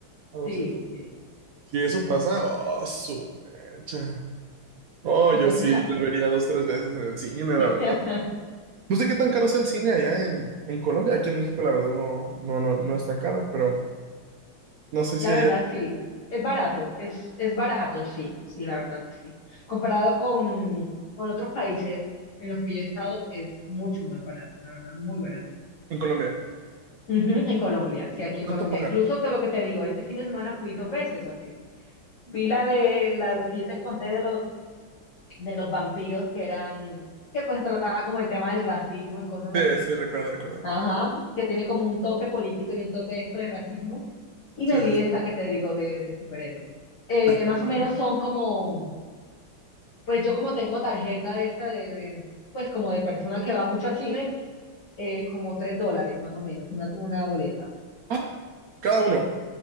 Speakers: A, on the right; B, on the left.
A: Algo
B: Sí,
A: así.
B: sí,
A: Si eso
B: sí,
A: pasa,
B: sí, sí.
A: oh, su mecha. No,
B: Entonces,
A: yo sí la vería dos, tres veces en el cine, la
B: <laughs>
A: verdad. No sé qué tan caro sea el cine allá en, en Colombia. Aquí en México, la verdad, no, no, no, no es tan caro, pero no sé
B: La
A: si allá
B: verdad, sí. Es barato, es, es barato, sí, sí, la verdad, sí. Comparado con, con otros países en los que yo he estado, es mucho más barato, la verdad, muy barato.
A: en Colombia.
B: Ujú, en Colombia, sí, aquí en
A: ¿Cuánto
B: Colombia.
A: pagan?
B: Incluso te lo que te digo, este fin de semana fui dos veces al cine. Vi la de la de que yo te conté de los de los vampiros que eran, que pues trataba como el tema del racismo y cosas
A: Sí,
B: así.
A: sí, recuerdo, recuerdo.
B: Ajá, que tiene como un toque político y un toque de esto de racismo. Y
A: Sí,
B: me vi
A: sí.
B: esta que te digo de, de superhéroes. Eh,
A: Está-
B: más
A: está-
B: o menos son como, pues yo como tengo tarjeta de esta de, de, pues como de persona que va mucho al cine, eh, como tres dólares más o menos, una, una boleta.
A: Ah, cada uno.